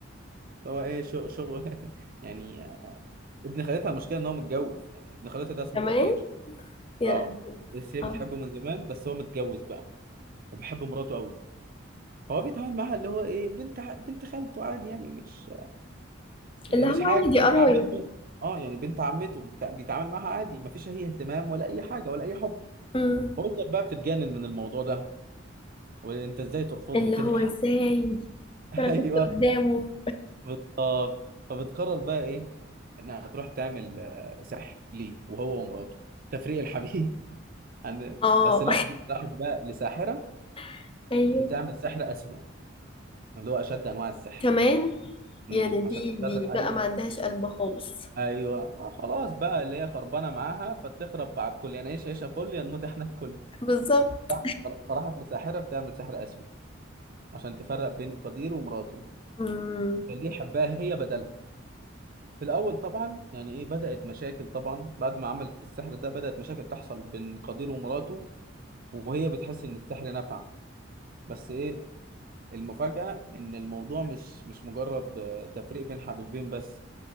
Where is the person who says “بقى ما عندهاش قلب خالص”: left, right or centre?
Left